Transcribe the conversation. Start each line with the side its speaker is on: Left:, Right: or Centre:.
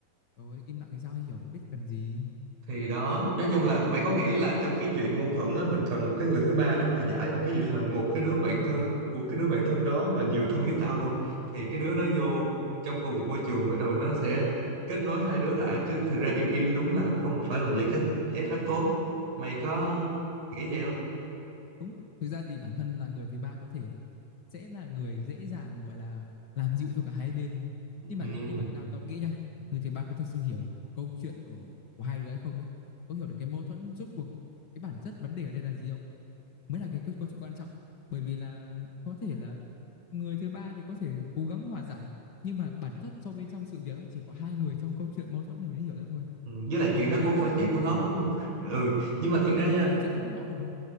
Left: Trời ơi, im lặng thì sao ai hiểu biết cần gì.
Right: thì đó nói chung là mày có nghĩ là trong cái chuyện mâu thuẫn á mình cần một cái người thứ ba để hòa giải không ví dụ như là một cái đứa bạn thân của cái đứa bạn thân đó mà vừa thân với tao luôn thì cái đứa đó vô trong cùng một môi trường bắt đầu nó sẽ kết nối hai đứa lại chứ thực ra im im đúng là không phải là một giải cách giải pháp tốt mày có nghĩ vậy không
Left: Đúng. Thực ra thì bản thân là người thứ ba có thể sẽ là người dễ dàng gọi là làm dịu cho cả hai bên thôi.
Right: ừ.
Left: Nhưng mà nhưng mà tao tao nghĩ nhá, người thứ ba có thật sự hiểu câu chuyện ở của hai đứa hay không ấy, có hiểu được cái mâu thuẫn rốt cuộc cái bản chất vấn đề ở đây là gì không? Mới là cái câu, câu chuyện quan trọng. Bởi vì là có thể là người thứ ba thì có thể cố gắng hòa giải, nhưng mà bản chất sâu bên trong sự việc á, chỉ có hai người trong câu chuyện mâu thuẫn này mới hiểu ra thôi.
Right: ừ, với lại chuyện
Left: Thành
Right: đó
Left: ra
Right: cũng không
Left: ấy,
Right: phải chuyện
Left: rất là
Right: của nó
Left: khó.
Right: đúng không <laughs> ừ nhưng mà
Left: À,
Right: thiệt
Left: ừ
Right: ra
Left: đúng
Right: nha
Left: rồi, chuyện của nó rồi mà.